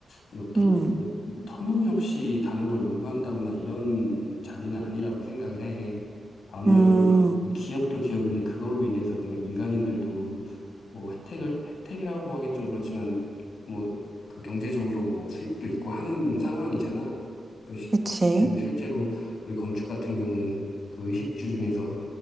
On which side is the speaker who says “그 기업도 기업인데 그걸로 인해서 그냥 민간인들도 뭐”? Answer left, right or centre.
Left